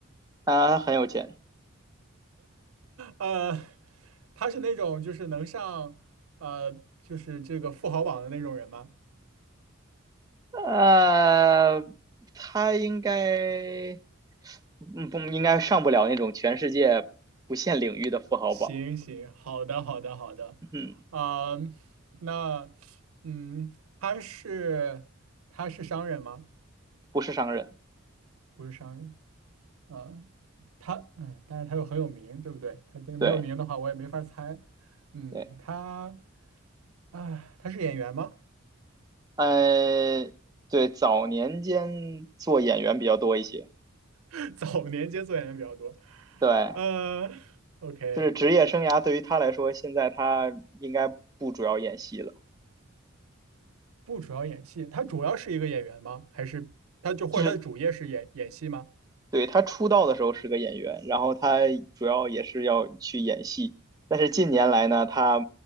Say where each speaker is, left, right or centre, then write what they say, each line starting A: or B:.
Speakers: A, on the right (about 15°); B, on the right (about 80°).
A: 他很有钱，
B: 呃，他是那种就是能上呃，就是这个富豪榜的那种人吗？
A: 呃，他应该，嗯，不，应该上不了那种全世界不限领域的富豪榜，
B: 行行，好的好的好的，
A: 嗯，
B: 啊、那嗯，他是他是商人吗？
A: 不是商人，
B: 不是商人，啊、他嗯，但是他又很有名，对不对？他对没有名的话，
A: 对，
B: 我也没法猜。嗯，
A: 对，
B: 他啊、他是演员吗？
A: 呃，对，早年间做演员比较多一些，
B: <laughs> 早年间做演员比较多，
A: 对，
B: 呃，OK，
A: 就是职业生涯对于他来说，现在他应该不主要演戏了。
B: 不主要演戏，他主要是一个演员吗？还是他就或者他的主业是演演戏吗？
A: 就是对，他出道的时候是个演员，然后他主要也是要去演戏，但是近年来呢，他